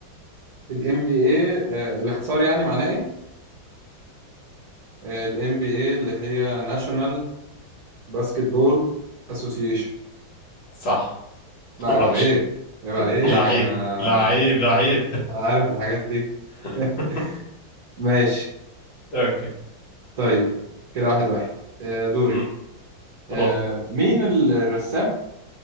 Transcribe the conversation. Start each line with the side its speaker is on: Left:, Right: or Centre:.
Right: ال MBA آه الاختصار يعني معناه إيه؟ ال NBA اللي هي ناشونال باسكتبول اسوسيشن
Left: صح
Right: لا
Left: <laughs>
Right: عيب
Left: وحش
Right: عليك عيب عليك
Left: لعيب
Right: انا
Left: لعيب لعيب
Right: انا عارف الحاجات دي <laughs>
Left: <laughs>
Right: ماشي
Left: اوكي
Right: طيب كده واحد واحد آه، دوري
Left: امم
Right: آه،
Left: روح
Right: مين ال- الرسام